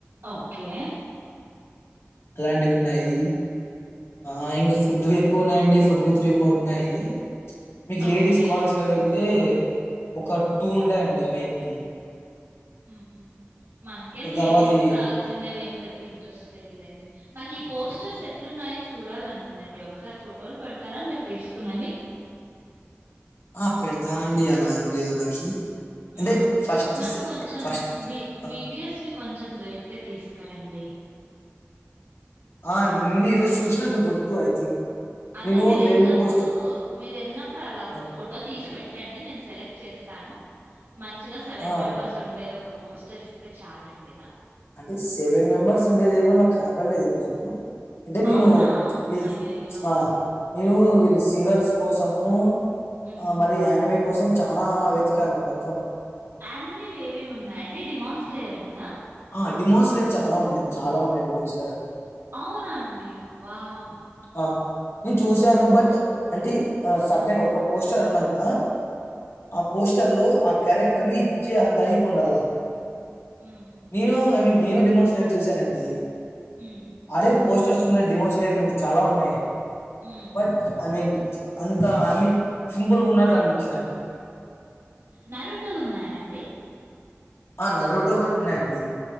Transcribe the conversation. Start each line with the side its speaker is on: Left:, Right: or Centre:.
Right: ఓకే
Left: అలాంటివున్నాయి ఆ ఇంకా ఫుడ్ వెక్కువున్నాయండి ఫుడ్ త్రీ ఫోర్ ఉన్నాయీ మీకు లేడీస్
Right: ఓకే
Left: కావాల్సినవైతే ఒక టూ ఉంటాయండి మెయిన్ వీ
Right: మ్ హు మనకేం లేడీస్
Left: తర్వాతి
Right: కావాల్సి ఉండేవేం పెద్ద ఇంట్రెస్ట్ లేదులేండి నాకు ఈ పోస్టర్స్ ఎట్లున్నాయో చూడాలని ఉందండి ఒకసారి ఫోటోలు పేడ్ తారా మీరు తీసుకున్నవి
Left: ఆ పెడతానండి అలా ఏం లేదు నాకి అంటే
Right: మ్
Left: ఫస్ట్
Right: నాకు
Left: సె
Right: కొంచం
Left: ఫస్ట్
Right: బి
Left: ఆ!
Right: బిటిఎస్వి కొంచం దొరికితే తీసుకరండి
Left: ఆ న్ ఈ రోజు చూసినట్లు గుర్తు ఐ థింక్
Right: అదే
Left: నేను
Right: మీరు ఎళ్ళినప్పుడు
Left: పోస్ట్
Right: మీరు ఎళ్ళినప్పుడు అలా ఒక
Left: ఆహ్,
Right: ఫోటో తీసి పెట్టండి నేను సెలెక్ట్ చేస్ స్తాను మంచిగా సెవెన్
Left: ఆ!
Right: మెంబర్స్ ఉండేది ఒక పోస్టర్ ఇస్తే చాలండి నాక్
Left: అంటే సెవెన్ మెంబర్స్ ఉండేదేమో నాకు కానాపాడలేదు ఈ రోజు అంటే నేను
Right: అవునా?
Left: వీళ్ళు
Right: అయ్యయ్యో!
Left: ఆ నేను వీళ్ళు సింగర్స్ కోసము
Right: హ్మ్.
Left: ఆ మరి యానిమే కోసం చానా వెతికాను మొత్తం
Right: అనివేమేమున్నాయండి డిమౌన్స్లేయర్ ఉందా
Left: ఆ డిమోన్స్లేర్ చాలా ఉన్నాయి చాలా ఉన్నాయి డిమోన్స్లర్
Right: అవునా అండి వావ్
Left: అ నేను చూసాను బట్ అంటే సటెన్ ఒక పోస్టర్ ఉనంక ఆ పోస్టర్ లో ఆ క్యారెక్టర్ని ఇచ్చే అంత హైప్ ఉండాల
Right: హుహు.
Left: నేను
Right: హుహు.
Left: ఐ మీన్ నేను డిమోన్స్లేర్ చూసానండి
Right: హ్మ్.
Left: ఆడేం పోస్ టర్స్ ఉన్నయ్ డిమోన్స్లేర్ నుండి చాలా ఉన్నాయి
Right: హ్మ్.
Left: బట్ ఐ మీన్ అంత ఐ మిన్ సింపుల్గా ఉన్నట్టు అనిపిచినయండి
Right: నరుటు ఉన్నాయండి
Left: ఆ నరుటు కని ఉన్నాయండి